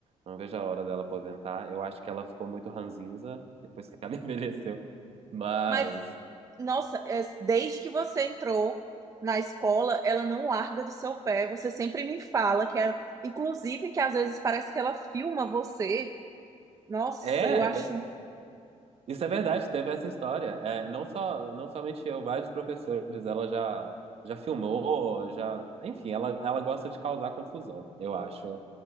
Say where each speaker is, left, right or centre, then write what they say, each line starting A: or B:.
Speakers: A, on the right (about 55°); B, on the right (about 25°).
A: Não vejo a hora dela aposentar. Eu acho que ela ficou muito ranzinza depois que ela <laughs> envelheceu. Mas
B: Mas, nossa, é- desde que você entrou na escola, ela não larga do seu pé. Você sempre me fala que ela, inclusive, que às vezes parece que ela filma você. Nossa,
A: é,
B: eu acho.
A: isso é verdade, teve essa história. É, não só, não somente eu, vários professores, ela já já filmou, já, enfim, ela ela gosta de causar confusão, eu acho.